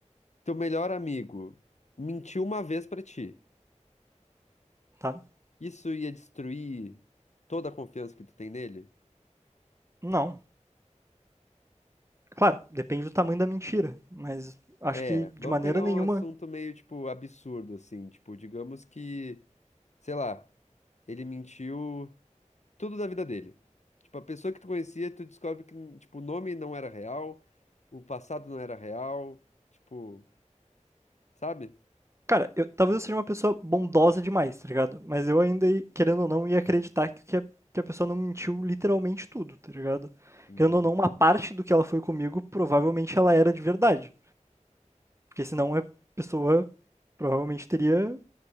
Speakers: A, on the left; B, on the right.
A: teu melhor amigo mentiu uma vez pra ti,
B: tá?
A: isso ia destruir toda a confiança que tu tem nele?
B: Não. Claro, depende do tamanho da mentira, mas acho
A: É,
B: que de
A: vamos
B: maneira
A: pegar
B: nenhuma.
A: um assunto meio, tipo, absurdo, assim. Tipo, digamos que, sei lá, ele mentiu. tudo da vida dele. Tipo, a pessoa que tu conhecia, tu descobre que, tipo, o nome não era real, o passado não era real, tipo, sabe?
B: Cara, eu, talvez eu seja uma pessoa bondosa demais, tá ligado? Mas eu ainda, ia- querendo ou não, ia acreditar que, que, a, que a pessoa não mentiu literalmente tudo, tá ligado?
A: Uhum.
B: Querendo ou não, uma parte do que ela foi comigo, provavelmente ela era de verdade. Porque senão a pessoa provavelmente teria